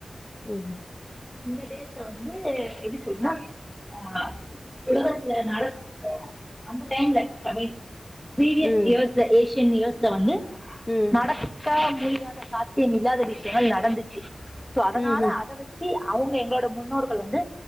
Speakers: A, on the left (about 20°); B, in the centre.
A: ம்
B: இந்த டேஸ்ல வந்து எப்டி சொல்னா ஆ உலகத்துல நடக்க அந்த டைம்ல <unintelligible> ப்ரீவியஸ்
A: ம்.
B: இயர்ஸ்ல ஏசியன் இயர்ஸ்ல வந்து
A: ம்.
B: நடக் க முடியாத சாத்தியம் இல்லாத விஷயங்கள் நடந்துச்சு சோ அதனால
A: ம்ஹ்ம்.
B: அத வச் சி அவுங்க எங்ளோட முன்னோர்கள் வந்து